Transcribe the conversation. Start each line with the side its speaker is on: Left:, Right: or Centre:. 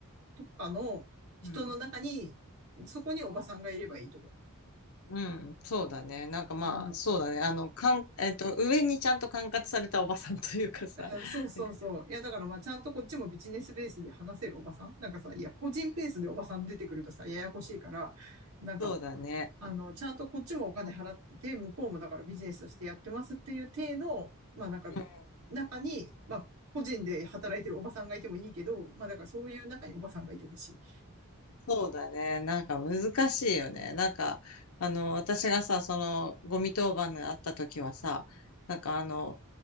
Right: とかの人の中に、
Left: うん。
Right: そこにおばさんがいればいいと思
Left: うん。そうだね。なんかまあ、
Right: う。うん、
Left: そうだね。あの、かん、えっと、上にちゃんと管轄されたおばさんというかさ。
Right: うん、そうそうそう。
Left: なんか
Right: いや、だからまあ、ちゃんとこっちもビジネスベースで話せるおばさんなんかさ、いや、個人ベースでおばさん出てくるとさ、ややこしいから、なんか、
Left: そうだね。
Right: あの、ちゃんとこっちもお金払ってて、向こうもだからビジネスとしてやってますっていう体の、まあなんか、
Left: うん
Right: 中に、まあ、個人で働いてるおばさんがいてもいいけど、まあだからそういう中におばさんがいてほしい。
Left: そうだね。なんか難しいよね。なんか、あの、私がさ、その、ゴミ当番があった時はさ、なんかあの、